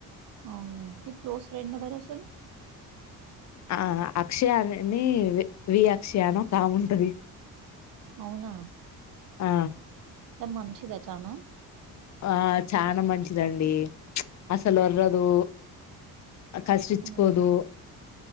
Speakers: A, on the right; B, on the left.
A: అవును మీ క్లోస్ ఫ్రెండ్ ఎవరు అసలు
B: ఆ అక్షయాని అని వి అక్షయానో కామే ఉంటది
A: అవునా
B: ఆ
A: అంటే మంచిద చానా
B: ఆ చానా మంచిదండి అసలు ఓర్రదు కసిరిచ్చి
A: అవునా
B: కోదు